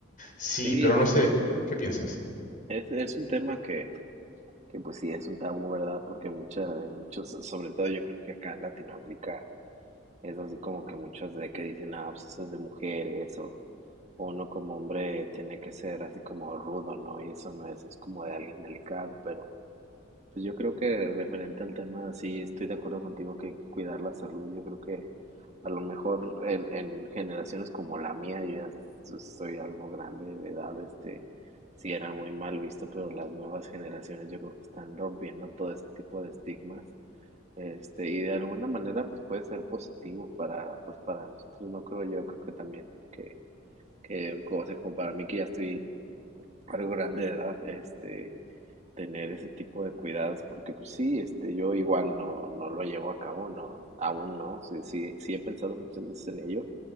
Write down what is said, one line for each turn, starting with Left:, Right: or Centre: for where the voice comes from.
Left: Sí,
Right: Sí,
Left: pero no
Right: yo
Left: sé,
Right: creo que
Left: ¿qué piensas?
Right: es, es un tema que, que pues sí, es un tabú, ¿verdad? Porque muchas, muchos, sobre todo yo creo que acá en Latinoamérica es así como que muchos de que dicen, ah, pues eso es de mujeres, o o uno como hombre tiene que ser así como rudo, ¿no? Y eso no, eso es como de alguien delicado, pero Pues yo creo que referente al tema, sí estoy de acuerdo contigo que hay que cuidar la salud. Yo creo que a lo mejor en, en generaciones como la mía, yo ya so- soy algo grande de edad, este, sí era muy mal visto, pero las nuevas generaciones yo creo que están rompiendo todo ese tipo de estigmas, este, y de alguna manera pues puede ser positivo para, pues para nosotros, no creo yo, creo que también que, que como se- como para mí que ya estoy algo grande de edad, este tener ese tipo de cuidados porque pues sí, este, yo igual no, no lo llevo a cabo, no, aún no, sí, sí, sí he pensado muchas veces en ello.